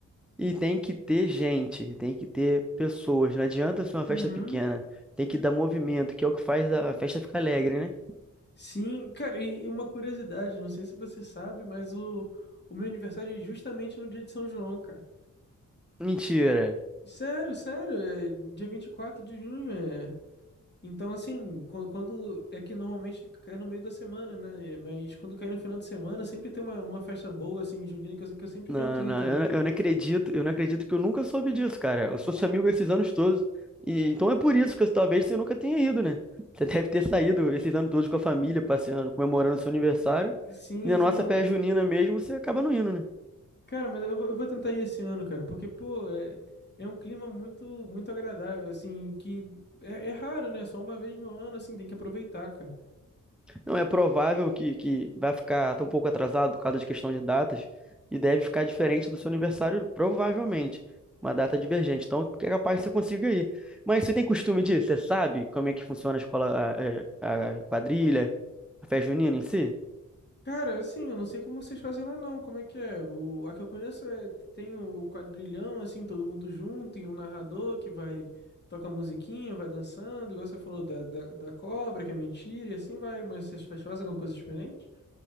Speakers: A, in the centre; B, on the left.
A: E tem que ter gente, tem que ter pessoas. Não adianta ser uma festa
B: Uhum.
A: pequena. Tem que dar movimento, que é o que faz a a festa ficar alegre, né?
B: Sim, cara, e, e uma curiosidade, não sei se você sabe, mas o, o meu aniversário é justamente no dia de São João, cara.
A: Mentira.
B: Sério, sério, é dia 24 de junho, é... Então, assim, quan- quando, é que normalmente cai no meio da semana, né? né? Mas quando cai no final de semana, sempre tem uma, uma festa boa, assim, junina, que eu, que eu sempre
A: Não,
B: tento ir
A: não,
B: também,
A: eu não, eu
B: cara.
A: não acredito, eu não acredito que eu nunca soube disso, cara. Eu sou seu amigo esses anos todos. E então é por isso que talvez você nunca tenha ido, né? Você deve ter saído esses anos todos com a família, passeando, comemorando seu aniversário.
B: E- e Sim,
A: E na
B: sim.
A: nossa
B: ma-
A: festa junina mesmo, você acaba não indo, né?
B: Cara, mas eu, vou- eu vou tentar ir esse ano, cara, porque, pô, é, é um clima muito, muito agradável, assim, que é, é raro, né? Só uma vez no ano, assim, tem que aproveitar, cara.
A: Não é provável que, que vai ficar tão pouco atrasado por causa de questão de datas e deve ficar diferente do seu aniversário, provavelmente. Uma data divergente. Então, é capaz que você consiga ir. Mas você tem costume disso? Você sabe como é que funciona a escola, a, a- a quadrilha, a festa junina em si?
B: Cara, assim, eu não sei como vocês fazem lá não, como é que é? O, a que eu conheço é, tem o quadrilhão, assim, todo mundo junto, e um narrador que vai, toca musiquinha, vai dançando, igual você falou da, da, da cobra, que é mentira, e assim vai, mas vocês vocês fazem alguma coisa diferente?